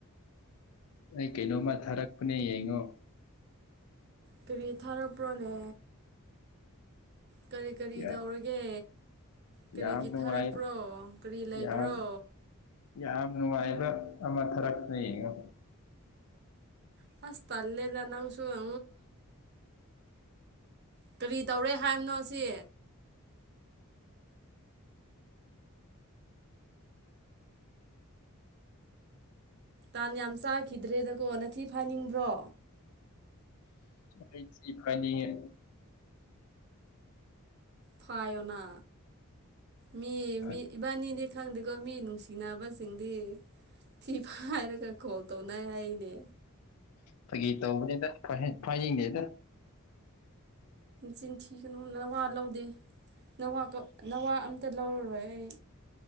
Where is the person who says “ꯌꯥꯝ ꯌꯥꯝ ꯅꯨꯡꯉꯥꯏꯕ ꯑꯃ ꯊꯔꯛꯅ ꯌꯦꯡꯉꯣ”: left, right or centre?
Left